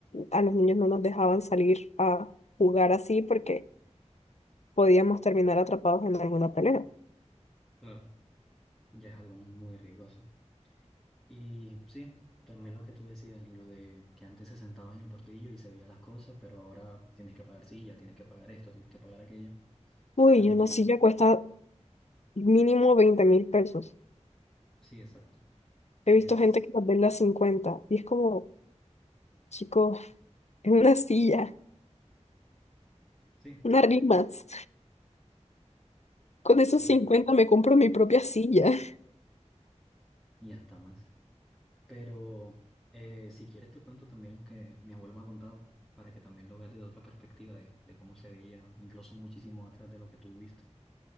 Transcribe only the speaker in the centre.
Claro, ya es algo muy riesgoso. Y sí, también lo que tú decías, lo de que antes se sentaba en el bordillo y se veía las cosas, pero ahora tienes que pagar silla, tienes que pagar esto, tienes que pagar aquello.
También,
sí, exacto.
Es,
sí,
sí,
y hasta más. Pero eh, si quieres te cuento también lo que mi abuelo me ha contado, para que también lo veas desde otra perspectiva, de, de cómo se veía, incluso muchísimo atrás de lo que tú viste.